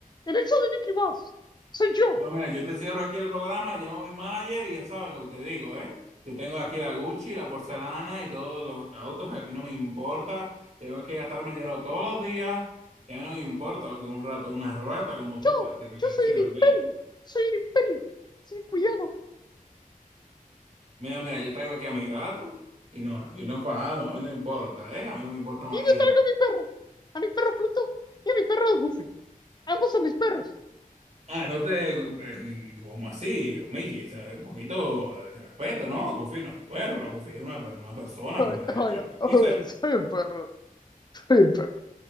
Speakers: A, on the left (about 30°); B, on the right (about 50°).
A: el hecho de Mickey Mouse, soy yo,
B: Bueno, mira, yo te cierro aquí el programa, llamo a mi manager y ya sabes lo que te digo, ¿eh? Yo tengo aquí la Gucci, la porcelana y todos los autos, a mí no me importa. Yo tengo que gastarme el dinero todos los días y a mí no me importa lo que un rato, una rata como tú,
A: yo,
B: pues, tienes
A: yo
B: que decir,
A: soy un
B: ¿ok?
A: imperio, soy un imperio, sin cuidado,
B: Mira, mira, yo traigo aquí a mi gato y no, aquí nos bajamos, a mí no me importa, ¿eh? A mí no me importa morirme.
A: y yo traigo a mi perro, a mi perro Pluto y a mi perro Goofy. Ambos son mis perros.
B: Ah, no te, eh, como así, Miki, o sea, un poquito de respeto, ¿no? Goofy no es un perro, Goofy es una, per- una persona
A: Ay,
B: con derecho,
A: ay,
B: ¿qué
A: ay,
B: dices?
A: soy un perro, soy un perro.